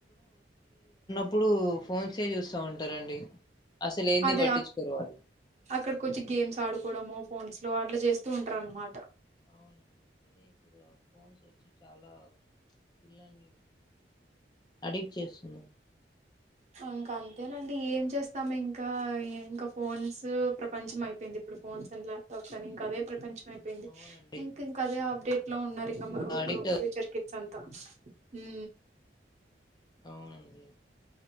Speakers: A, on the left; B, on the right.
A: ప్పుడూ ఫోన్ చెయ్ చూస్తా ఉంటారండి అసలు ఏంది
B: అదే
A: పట్టించుకోరు వాళ్ళు
B: అక్కడకొచ్చి గేమ్స్ ఆడుకు డము ఫోన్స్ లో అట్లా చేస్తూ ఉంటారు అనమాట
A: అవునండి అదే ఇప్పుడు ఆ ఫోన్స్ వచ్చి చాలా పిల్లల్ని అడిక్ట్ చేస్తున్నా
B: ఇంకా అంతేనండి ఏం చేస్తాం ఇంకా ఇంకా ఫోన్స్ ప్రపంచం అయిపోయింది ఇప్పుడు ఫోన్స్ అని ల్యాప్టాప్స్ అని ఇంకా అవే ప్రపంచం అయిపోయింది
A: అవునండి
B: ఇంక ఇంకదే ఆబ్ టెట్లా ఉన్నరు <unintelligible>
A: అడిక్ట్
B: ఫ్యూచర్ కి సంతా ఊ
A: అవునండి